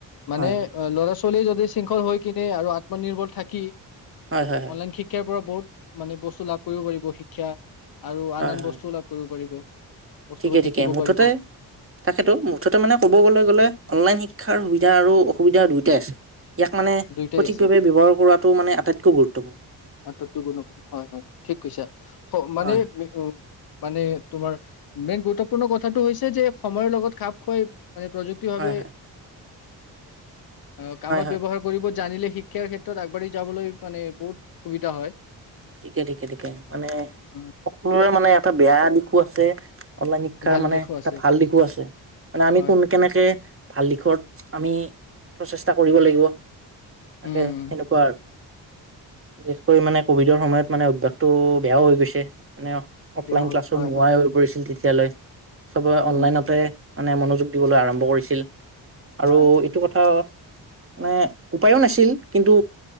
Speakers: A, on the left (about 55°); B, on the right (about 30°).
A: মানে
B: হয় হয়।
A: ল'ৰা ছোৱাল ৱালীয়ে যদি শৃংখল হৈ কিনে আৰু আত্মনিৰ্ভৰ থাকি
B: হয় হয় হয়
A: অনলাইন শিক্ষাৰ পৰা বহুত মানে বস্তু লাভ কৰিব পাৰিব শিক্ষা, আৰু
B: হয়
A: আন আন
B: হয়।
A: বস্তুও লাভ কৰিব পাৰিব। বস্তুবোৰ
B: ঠিকে
A: শিকিব
B: ঠিকে মুঠতে
A: পাৰিব।
B: তাকেতো মুঠ, মুঠতে মানে ক'বগলে গলে অনলাইন শিক্ষাৰ সুবিধা আৰু অসুবিধা দুয়োটাই আছে। ইয়াক মানে
A: দুইটাই
B: সঠিকভাৱে
A: আছে
B: ব্যৱহাৰ কৰাটো মানে আটাইতকৈ গুৰুত্বপূৰ্ণ।
A: আটতকৈ গুৰুত্ব হয় হয় ঠিক কৈছা মানে
B: হয়
A: উ মানে তোমাৰ মেইন গুৰুত্বপূৰ্ণ কথাটো হৈছে যে সময়ৰ লগত খাপ খুৱাই মানে পজিটিভ
B: হয়
A: ভাৱে
B: হয়
A: অ' কামত
B: হয় হয়
A: ব্যৱহাৰ কৰিব। জানিলে শিক্ষাৰ ক্ষেত্ৰত আগবাঢ়ি যাবলৈ মানে বহুত। সুবিধা হয়।
B: ঠিকে ঠিকে ঠিকে মানে
A: উম
B: সকলোৰে মানে এটা । বেয়া দিশো আছে। অনলাইন শিক্ষাৰ
A: ভাল
B: মানে
A: দিশো
B: এটা
A: আছে
B: ভাল দিশো আছে মানে আমি
A: হয়
B: কোন কেনেকে ভাল দিশত আমি প্ৰচেষ্টা কৰিব লাগিব। তাকে
A: উম
B: সেনেকুৱা আৰু বিশেষকৈ মানে কভিড ডৰ সময়ত মানে অভ্যাসটো বেয়াও হৈ গৈছে। মানে অফলাইন
A: দিয়া হ'ল
B: ক্লাছো
A: হয়
B: নোহোৱাই
A: হয়
B: হৈ পৰিছিল তেতিয়া তিয়ালৈ। চবে
A: উম
B: অনলাইনতে মানে মনোযোগ দিবলৈ আৰম্ভ কৰিছিল। আৰু
A: হয়
B: এইটো কথা। মানে উপায়ো নাছিল কিন্তু